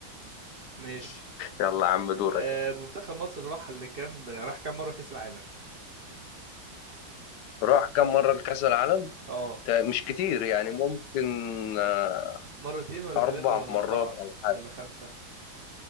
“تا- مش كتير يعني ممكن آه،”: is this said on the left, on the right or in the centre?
Left